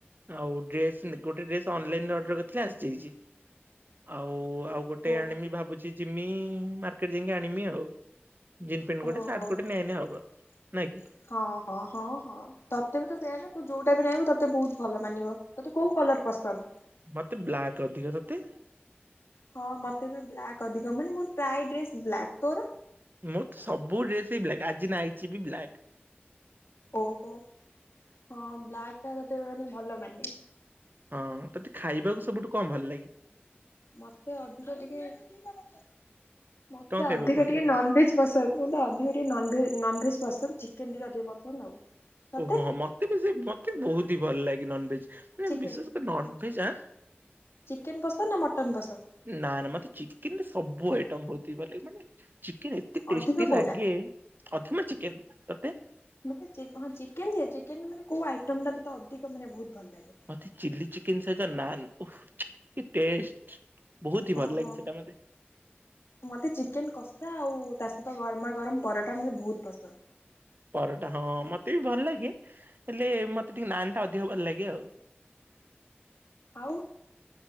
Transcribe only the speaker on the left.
ଓ
ଓହୋ
<inaudible>
ହଁ ହଁ ହଁ ହଁ ତତେ ବି ତ ସେଇଆା ନା ତୁ ଯୋଉଟା ବି ନହିଁବୁ ତତେ ତତେ ବହୁତ ଭଲ ମାନିବ ତୋତେ କୋଉ କଲର ପସନ୍ଦ।
ହଁ ମତେ ବି ବ୍ଲାକ୍ ଅଧିକ ମାନେ ମୋର ପ୍ରାୟଡ ତୋର?
ଓହୋ <inaudible> ହଁ ବ୍ଲା ତା ତେ ମାନେ ଭଲ ମାନେ।
ମତେ ଅଧିକ ଟିକେ <unintelligible> ମତେ
ଅଧିକ
ଟିକେ
ନନଭେଜ ବସନ୍ଦ ଅଧିକ ଟିକେ ନନଭେଜ ନନଭେଜ ଚିକେନ ଟିକେ ଅଧିକ ପସନ୍ଦ ଆଉ। ତତେ?
ଚିକେନ
ଚିକେନ ନା ମଟନ୍ ପସନ୍ଦ?
ଅଧିକ କୋଉଟା
ମାନେଁ ଚିକେନ ଚେନ ମାନେ କୋଉ ଆଇଟମ ଟା ତତେ ଅଧିକ ମାନେ ବହୁତ ଭଲ ଲାଗେ?
ଓହୋ
ମତେ ଚିକେନ କ ସା ଆଉ ତା ସହିତ ଗରମା ଗରମ ପରଟା ମତେ ବୋହୁତ ପସନ୍ଦ।
ଓ